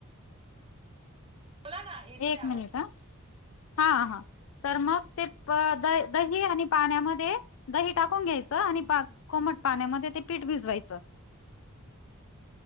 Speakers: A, on the right (about 25°); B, on the left (about 65°).
A: बोला ना येतोय
B: एक मिनिट
A: आवाज
B: ह हा हा. तर मग ते द दही आणि पाण्यामध्ये. दही टाकून घ्यायचं आणि बा कोमट पाण्यामध्ये ते पीठ भिजवायचं.